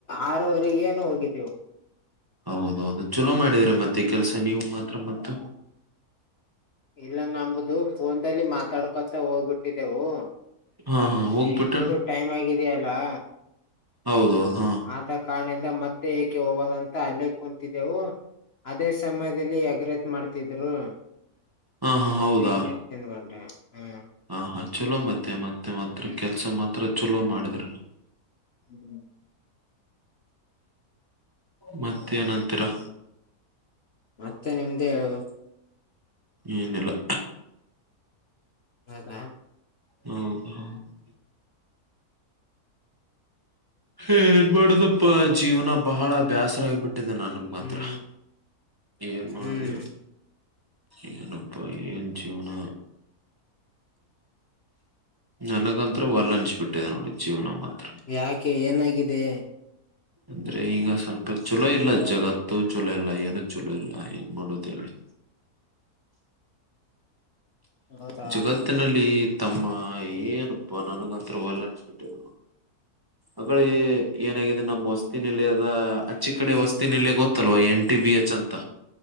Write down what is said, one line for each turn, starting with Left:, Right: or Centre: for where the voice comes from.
Left: ಆರುವರೆಗೇನು ಹೋಗಿದ್ದೀವಿ.
Right: ಹೌದೌದು, ಚಲೋ ಮಾಡಿದ್ರ ಮತ್ತೆ ಕೆಲ್ಸ ನೀವು ಮಾತ್ರ ಮತ್
Left: ಇಲ್ಲ ನಂಬುದು ಫೋನಪೆನ್ಲಿ ಮಾತಾಡ್ಕೊತ ಹೋಗ್ಬಿಟ್ಟಿದ್ದೆವು.
Right: ಹಾ, ಹಾ ಹೋಗ್ಬಿಟ್ಟಣ
Left: ಟೈಮ್ ಆಗಿದೆಯಲ್ಲಾ
Right: ಹೌದೌದು ಹಾ
Left: ಆದ ಕಾರಣದಿಂದ ಮತ್ತೆ ಹೇಗೆ ಹವದಂತ ಅಲ್ಲೇ ಕುಂತಿದ್ದೆವು. ಅದೇ ಸಮಯದಲ್ಲಿ ಎಗರೈಸ್ ಮಾಡ್ತಿದ್ರು.
Right: ಹಾ, ಹಾ ಹೌದಾ
Left: ಬೊಂಡೆ ಹ್ಮ <inaudible>
Right: ಹ, ಹಾ ಚಲೋ ಮತ್ತೆ ಮತ್ತೆ ಮಾತ್ರ
Left: ಹ್ಮ್
Right: ಕೆಲ್ಸ ಮಾತ್ರ ಚಲೋ ಮಾಡಿದ್ರಿ.
Left: ಹ್ಮ್್ಮ <inaudible>
Right: ಮತ್ತೆ ಏನಂತೀರಾ
Left: ಮತ್ತೆ ನಿಮ್ದೇ ಹೇಳ್ಬೇಕು.
Right: ಏನಿಲ್ಲಾ
Left: ಹೌದಾ,
Right: ಹ್ಮದು ಹ್ಮ <inaudible> ಹ ಇನ್ ಮಾಡದಪ್ಪ ಜೀವನ ಬಹಳ ಬ್ಯಾಸರಾಗಿಬಿಟ್ಟಿದೆೆ ನನ್ಗ್ ಮಾತ್ರ
Left: ಹ್ಮ್
Right: ಏನ್ ಮಾಡೋದಹೇಳ
Left: ಹ್ಮ್
Right: ಏನಪ್ಪಾ ಏನ್ ಜೀವನ ನನಗಂತ ಹೊಲ್ಲ ಅನ್ಸಬಿಟ್ಟಿದೆ ನೋಡಿ ಜೀವನ ಮಾತ್ರ
Left: ಯಾಕೆ ಏನಾಗಿದೆ
Right: ಅಂದ್ರೆ ಈಗ ಸ್ವಲ್ಪ ಛಲೋ ಇಲ್ಲ ಜಗತ್ತು, ಚೊಲೋ ಇಲ್ಲ ಏನು ಚಲೋ ಇಲ್ಲ ಏನ್ ಮಾಡೋದ ಹೇಳಿ.
Left: ಹೌದಾ
Right: ಜುಗತ್ <inaudible> ಒಟ್ಟಿನಲ್ಲಿ ತಮ್ಮ ಏನಪ್ಪಾ ನನಗಂತರ ಒಲ್ಲನ್ಸಬಿಟ್ಟದ. ಅಗಳೆ ಏನಾಗಿದೆ ನಮ್ಮ ವಸ್ತಿ ನಿಲಯದ ಅಚ್ಚಿ ಕಡೆ ವಸ್ತಿನಿಲಯ ಗೊತ್ತಲ್ವಾ ಎನ್ ಟಿ ಬಿ ಎಚ್ ಅಂತ